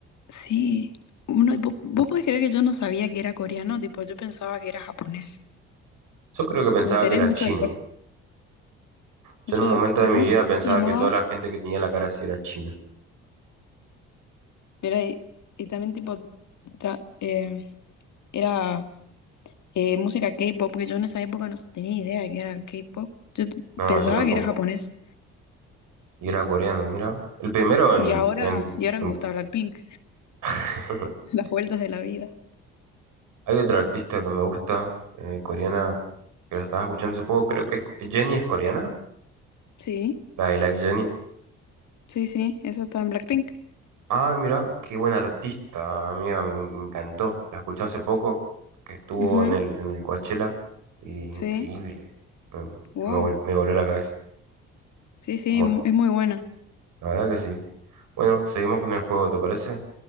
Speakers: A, on the left; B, on the right.
A: Sí. Uno, vo- vos, podés creer que yo no sabía que era coreano, tipo, yo pensaba que era japonés.
B: Yo creo que pensaba
A: Me enteré
B: que era
A: mucho
B: chino.
A: después.
B: Yo
A: Mucho
B: en un momento
A: de
B: de mi
A: cómo
B: vida
A: se
B: pensaba
A: llamaba.
B: que toda la gente que tenía la cara así era china.
A: Mira, y, y también tipo ta- eh, era eh, música K-pop, que yo en esa época no tenía idea de que era el K-pop. Yo t-
B: No,
A: pensaba
B: yo tampoco.
A: que era japonés.
B: Y era coreano, mira. El primero en...
A: Y ahora,
B: en-
A: y ahora
B: en-
A: me gusta Blackpink.
B: <laughs>
A: <laughs> Las vueltas de la vida.
B: Hay otra artista que me gusta, eh, coreana, que la estaba escuchando hace poco. Creo que es... Jenny es coreana,
A: Sí.
B: la de Like Jenny.
A: Sí, sí, esa está en Blackpink.
B: Ah, mira, qué buena artista, amiga, me, me encantó. La escuché hace poco, que estuvo
A: Ujú,
B: en el, en el Coachella. Y increíble.
A: Sí,
B: Me,
A: wow.
B: me vol- me voló la cabeza.
A: Sí, sí,
B: Bueno.
A: mu- es muy buena.
B: La verdad que sí. Bueno, seguimos con el juego, ¿te parece?